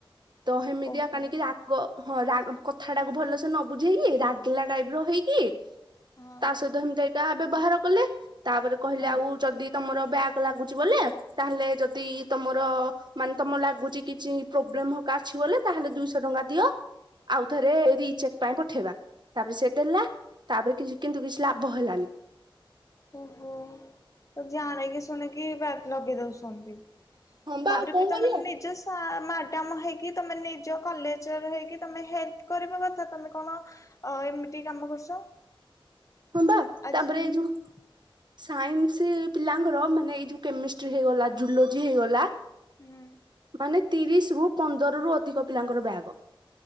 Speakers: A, on the right; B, on the left.
A: ତ ହେମିତିଆ
B: ଓହୋ
A: କାଣିକି ରାଗ ହଁ ରା କଥା ଟାକୁ ଭଲସେ ନ ବୁଝେଇକି ରା ରାଗିଲା ଟାଇପ ର ହେଇକି
B: ହଁ
A: ତା ସହିତ ଏମିତି ଏଇଟା ବ୍ୟବହାର କଲେ। ତାପରେ କହିଲେ
B: ହଁ
A: ଆଉ ଯଦି ତମର ବ୍ୟାକ ଲାଗୁଛି ବୋଲି। ତାହେଲେ ଯଦି ତମର ମାନେ ତମ ଲାଗୁଚ କିଛି ପ୍ରୋବ୍ଲେମ ଅଛି ବୋଲେ ତାହେଲେ ଦୁଇଶହ ଟଙ୍କା ଦିଅ ଆଉ ଥରେ ରିଚେକ୍ ପାଇଁ ପଠେଇବା। ତାପରେ ସେ ଦେଲା ତାପରେ କିଛି କିନ୍ତୁ କିଛି ଲା ବହେଲାଣି
B: ଓହୋ ଜାଣିକିି ଶୁଣିକି ବ୍ୟାକ ଲଗେଇ ଦଉଛନ୍ତି।
A: ହଁ ବା
B: ତାପରେ
A: ଆଉ କଣ
B: ବି ତମାନେ
A: କରିବା
B: ନିଜ ସା ମ୍ୟାଡାମ ହେଇକି ତମେ ନିଜ କଲେଜରେ ହେଇକି ତମେ ହେଲ୍ପ କର କଥା ତମେ କଣ ଏମିତି କାମ କରୁଛ।
A: ହଁ ବା
B: ଆଜି
A: ତାପରେ
B: ହୁଁ
A: ଏଇ ଯୋଉ ସାଇନ୍ସ- ପିଲାଙ୍କର ମାନେ ଏଇ ଯୋଉ କେମିଷ୍ଟ୍ରି ହେଇଗଲା ଜୁଲୋଜି ହେଇଗଲା
B: ହୁଁ
A: ମାନେ। ତିରିଶ ରୁ ପନ୍ଦର ରୁ ଅଧିକ ପିଲାଙ୍କର ବ୍ୟାକ।